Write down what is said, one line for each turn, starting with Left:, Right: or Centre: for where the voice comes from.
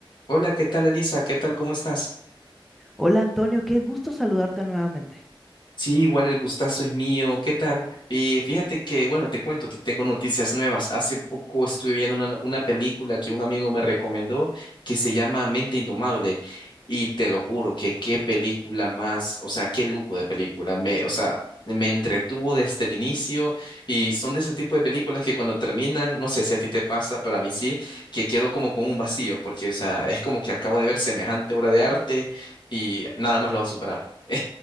Left: Hola, ¿qué tal, Elisa? ¿Qué tal? ¿Cómo estás?
Centre: Hola Antonio, qué gusto saludarte nuevamente.
Left: Sí, igual el gustazo es mío. ¿Qué tal? Eh, fíjate que, bueno, te cuento, te tengo noticias nuevas. Hace poco estuve viendo una, una película que un amigo me recomendó que se llama Mente Indomable. Y te lo juro que qué película más, o sea, qué lujo de película. Me, o sea, me entretuvo desde el inicio y son de ese tipo de películas que cuando terminan, no sé si a ti te pasa, pero a mí sí, que quedo como con un vacío, porque, o sea, es como que acabo de ver semejante obra de arte y nada más lo va a superar. <laughs>